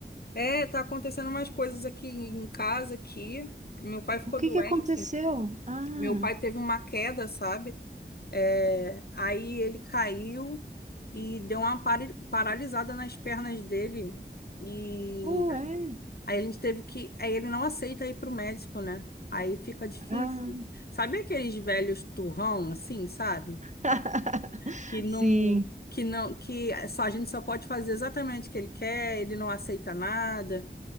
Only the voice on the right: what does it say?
o que
que aconteceu? Ah,
ué,
ah.
<laughs>
Sim.